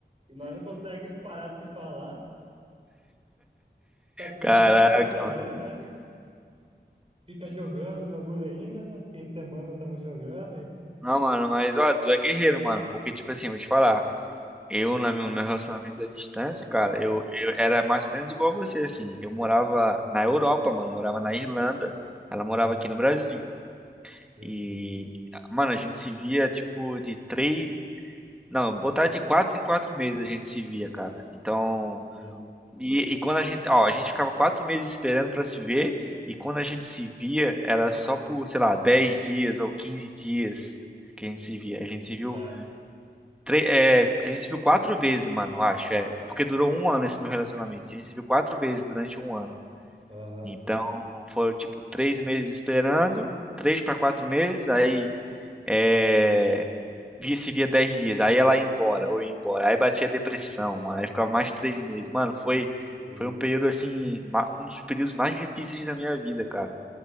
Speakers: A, on the right; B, in the centre.
A: e nós não conseguimos parar de se falar, tá sempre
B: Caraca.
A: se falando, né? Fica jogando os bagulho ainda, né? Fim de semana estamos jogando e.
B: Não, mano, mas ó, tu é guerreiro, mano. Porque, tipo assim, vou te falar. Eu, na meu, meu relacionamento à distância, cara, eu, eu era mais ou menos igual você, assim. Eu morava na Europa, mano. Morava na Irlanda. Ela morava
A: Aham,
B: aqui no Brasil.
A: sim,
B: E, mano, a gente se via, tipo, de três. Não, botar de quatro em quatro meses a gente se via, cara. Então.
A: sim,
B: E, e quando a gente. Ó, a gente ficava quatro meses esperando pra se ver. E quando a gente se via, era só por, sei lá, 10 dias ou 15 dias que a gente se via. A gente se viu.
A: né?
B: tre- é, a gente se viu quatro vezes, mano, eu acho. É, porque durou um ano esse meu relacionamento. A gente se viu quatro vezes durante um ano.
A: Aham,
B: Então, foram tipo três meses esperando, três para quatro meses, aí é, via se via dez dias, aí ela ia embora, ou ia embora. Aí batia depressão, mano. Aí ficava mais três meses. Mano, foi,
A: sim.
B: foi um período assim, ma- um dos períodos mais difíceis da minha vida, cara.